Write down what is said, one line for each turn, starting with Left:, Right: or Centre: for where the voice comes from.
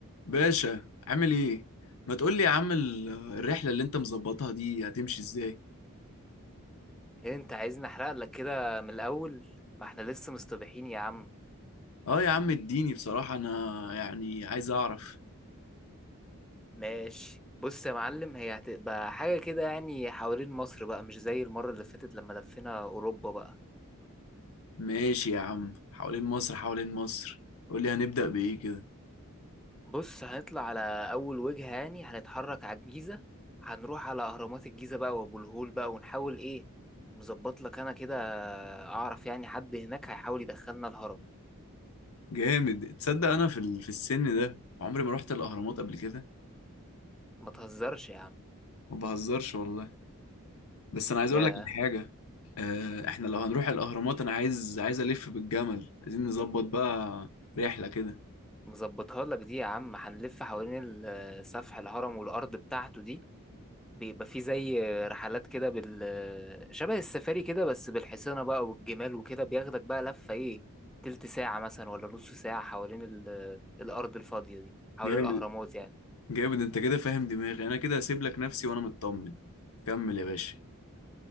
Left: باشا عامل ايه ما تقول لي يا عم ال- الرحله اللي انت مظبطها دي هتمشي ازاي
Centre: ايه انت عايزني احرق لك كده من الاول ما احنا لسه مستبيحين يا عم
Left: اه يا عم اديني بصراحه انا يعني عايز اعرف
Centre: ماشي بص يا معلم هي هتبقى حاجة كده يعني حوالين مصر بقى مش زي المرة اللي فاتت لما لفينا اوروبا بقى
Left: ماشي يا عم حوالين مصر حوالين مصر قول لي هنبدا بايه كده
Centre: بص هنطلع على اول وجهة يعني هنتحرك على الجيزة هنروح على اهرامات الجيزة بقى وابو الهول بقى ونحاول ايه مظبط لك انا كده اعرف يعني حد هناك هيحاول يدخلنا الهرم
Left: جامد تصدق انا في ال- في السن ده عمري ما رحت الاهرامات قبل كده
Centre: ما تهزرش يا عم
Left: ما بهزرش والله بس انا عايز
Centre: يا
Left: اقول لك الحاجه آه، احنا لو هنروح الاهرامات انا عايز عايز الف بالجمل عايزين نظبط بقى رحله كده
Centre: مظبطها لك دي يا عم هنلف حوالين ال- سفح الهرم والارض بتاعته دي بيبقى في زي رحلات كده بال شبه السفاري كده بس بالحصينة بقى والجمال وكده بياخدك بقى لفة ايه تلت ساعة مثلا ولا نص ساعة حوالين ال... الأرض الفاضية دي حوالين
Left: جامد
Centre: الأهرامات يعني
Left: جامد انت كده فاهم دماغي انا كده هسيب لك نفسي وانا مطمن كمل يا باشا